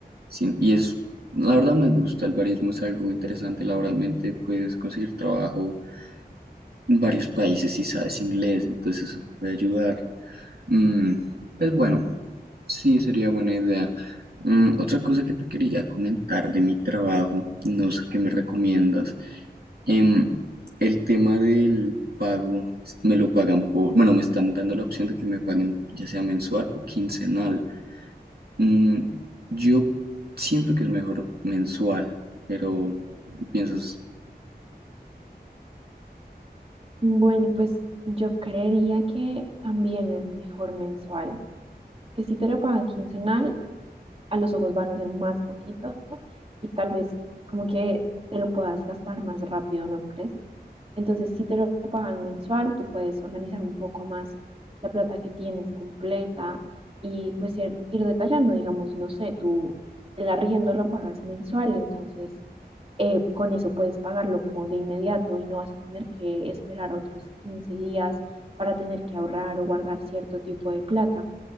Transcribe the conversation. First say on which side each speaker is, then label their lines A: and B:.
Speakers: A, on the right; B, on the right.
A: Sin- y es, la verdad me gusta, el barismo es algo interesante laboralmente, puedes conseguir trabajo en varios países si sabes inglés, entonces eso te puede ayudar. Mm, pues bueno, sí, sería buena idea. Mm, otra cosa que te quería comentar de mi trabajo, no sé qué me recomiendas. Em, el tema del pago, me lo pagan por, bueno, me están dando la opción de que me paguen ya sea mensual o quincenal. Mm, yo siento que es mejor mensual, pero ¿tú qué piensas?
B: Bueno, pues yo creería que también es mejor mensual. Es que si te lo pagan quincenal, a los ojos van a ser más poquito y tal vez como que te lo puedas gastar más rápido, ¿no crees? Entonces, si te lo pagan mensual, tú puedes organizar un poco más la plata que tienes completa y pues ir, ir detallando, digamos, no sé, tú el arriendo lo pagas mensual, entonces eh, con eso puedes pagarlo como de inmediato y no vas a tener que esperar otros 15 días para tener que ahorrar o guardar cierto tipo de plata.